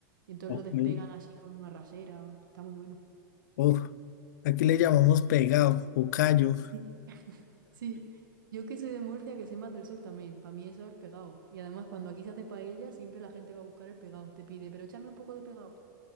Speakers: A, on the right (about 80°); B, on the left (about 60°).
A: Y entonces
B: Oh,
A: lo despegan
B: mi-
A: así con una rasera. Está muy bueno.
B: Uf, aquí le llamamos pegado o callo.
A: Sí. Sí. Yo que soy de Murcia, que soy más del sur también, para mí eso es pegado. Y además cuando aquí se hace paella, siempre la gente va a buscar el pegado. Te pide, pero échame un poco de pegado.